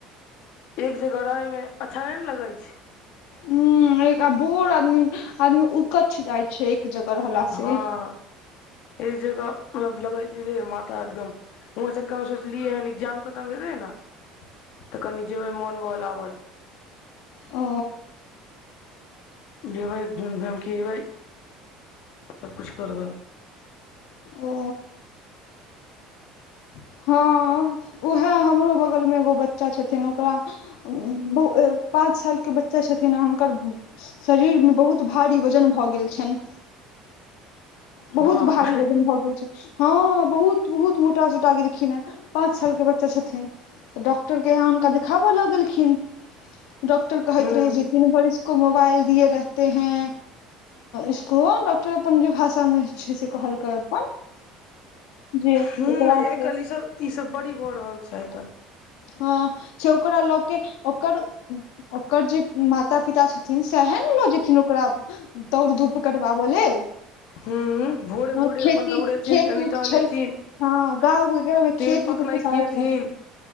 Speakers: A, on the left; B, on the left.
A: एक जगह रहे मे अच्छा नहि ने लगै छै
B: हु एक बोड़ आदमी आदमी उकछ जाय छै एक जगह रहला
A: हँ
B: से
A: एक जगह मतलब लगै छै जे माथा एकदम उह चक हम सोचलियै हन एग्जाम खतम हेतै ने तऽ कनि जेबै मोन बहलाबल
B: ओ
A: जेबै घूमि घामिके अबै सबकिछु करबै
B: ओ
A: <unintelligible>
B: हँ उएह हमरो बगल मे एगो बच्चा छथिन ओकरा पाँच साल के बच्चा छथिन आ हुनकर शरीर मे बहुत भारी वजन भऽ गेल छनि बहुत
A: बाप
B: भारी
A: रे
B: वजन भऽ गेल छै हँ बहुत बहुत मोटा सोटा गेलखिन ह पाँच साल के बच्चा छथिन तऽ डॉक्टर के यहाँ हुनका देखाबय लगेलखिन डॉक्टर कहैत
A: हूँ
B: रहे छै ती भरि को मोबाइल दिए रहते हैं इसको डॉक्टर के जे अपन भाषा मे छै से कहलकै अपन जे
A: हूँ
B: एकरा
A: आइ
B: से
A: काल्हि ई सब ई सब बड़ी भऽ रहल छै एतऽ
B: हँ छौकरा लऽके ओकर ओकर जे माता पिता छथिन सएहे ने लऽ जेथिन ओकरा दौड़ धूप करबाबऽ लेल
A: हूँ भोरे
B: हँ
A: भोरे
B: खेती
A: अपन दौड़ेथिन
B: खेत
A: कनि
B: उत
A: टहलेथिन
B: छै हँ गाँव घर मे
A: तेल
B: खेत
A: पकनैखियेथिन
B: उतऽ एते सारा छै